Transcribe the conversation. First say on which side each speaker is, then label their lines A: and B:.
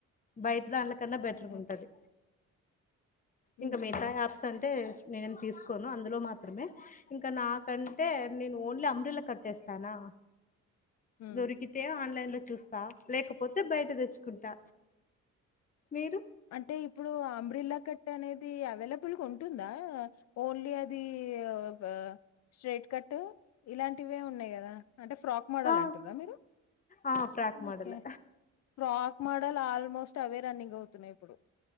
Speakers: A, on the left (about 25°); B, on the left (about 60°).
A: బయటి దాంట్లో కన్నా బెటర్గా
B: ఓహ్!
A: ఉంటది.
B: హుహు.
A: ఇంకా మిగతా యాప్స్ అంటే. నేను ఏం తీసుకోను అందులో మాత్రమే ఇంకా నాకంటే నేను ఓన్లీ అంబ్రెల్లా కట్టేస్తానా.
B: ఉమ్.
A: దొరికితే ఆన్లైన్ లో చూస్తా లేకపోతే బయట తెచ్చుకుంటా మీరు.
B: అంటే ఇప్పుడు అంబ్రిల్లా కట్ట్ అనేది అవైలబుల్గా ఉంటుందా ఓన్లీ అది. ఇగ ఆహ్ స్ట్రైట్ కట్ ఇలాంటివే ఉన్నాయి కదా. అంటే ఫ్రాక్ మోడల్
A: ఆ
B: అంటుండ్రా మీరు
A: ఆ frock model
B: okay frock. Frock model almost అవే రన్నింగ్ అవుతున్నాయి ఇప్పుడు.